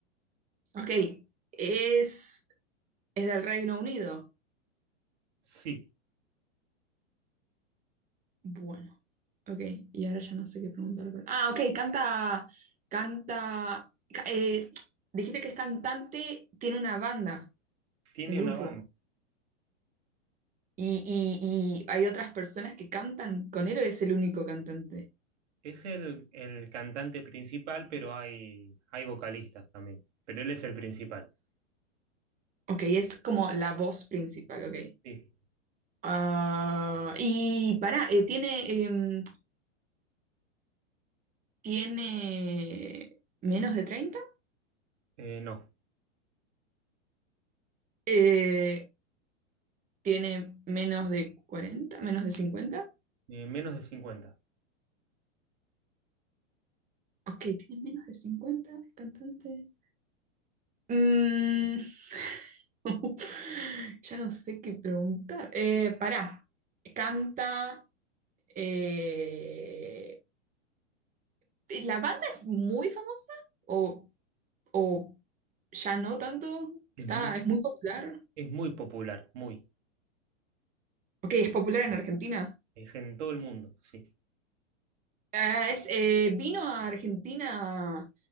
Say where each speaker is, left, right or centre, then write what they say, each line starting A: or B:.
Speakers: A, on the right (about 20°); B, on the right (about 65°).
A: ok, es, es del Reino Unido.
B: Sí,
A: Bueno, ok, y ahora ya no sé qué preguntar. pero- Ah, ok, canta, canta, ca- eh, dijiste que es cantante, tiene una banda,
B: tiene
A: un grupo,
B: una banda.
A: y, y- y hay otras personas que cantan con él o es el único cantante.
B: Es el, el cantante principal, pero hay, hay vocalistas también. Pero él es el principal.
A: Ok, es como la voz principal, ok.
B: Sí.
A: Ah, y pará, eh, ¿tiene, em, ¿tiene menos de treinta
B: Eh, no.
A: Eh, ¿tiene menos de cuarenta ¿Menos de cincuenta
B: Eh, menos de cincuenta
A: Ok, tiene menos de 50 el cantante. Mm, <laughs> ya no sé qué preguntar. Eh, pará, canta... eh, ¿la banda es muy famosa? ¿O, o ya no tanto?
B: Es
A: ¿Está,
B: muy,
A: es muy popular?
B: Es muy popular, muy.
A: Ok, es popular en Argentina.
B: Es en todo el mundo, sí.
A: Ah, es, eh, ¿vino a Argentina